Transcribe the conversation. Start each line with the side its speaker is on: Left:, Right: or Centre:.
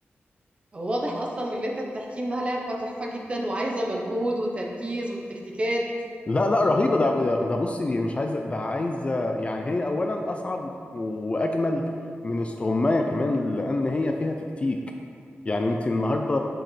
Right: واضح اصلا من اللي انت بتحكيه انها لعبة تحفة جدا وعايزة مجهود وتركيز وتكتيكات
Left: لا لا رهيبة ده ده ده بصي دي مش عايزة ده عايزة يعني هي أولا أصعب وأجمل من استغماية كمان لأن هي فيها تكتيك يعني أنت النهاردة